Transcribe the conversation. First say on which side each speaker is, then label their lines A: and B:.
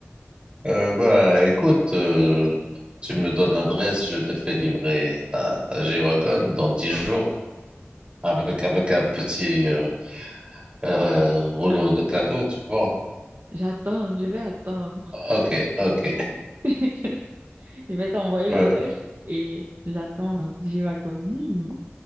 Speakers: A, on the right; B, on the right.
A: Euh, bah, écoute, euh, tu me donnes l'adresse, je te fais livrer ta, ta G-Wagon dans dix
B: Oh,
A: jours avec, avec un petit euh, euh, rouleau de cadeaux, tu vois.
B: J'attends, je vais attendre.
A: Ok, ok.
B: Mm. <laughs> Je vais t'envoyer l'adresse
A: Euh,
B: et j'attends. G-Wagon. Hmm,